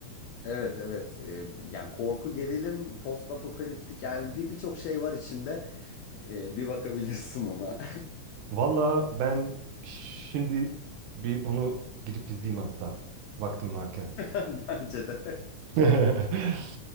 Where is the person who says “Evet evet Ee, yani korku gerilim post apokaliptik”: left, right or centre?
Left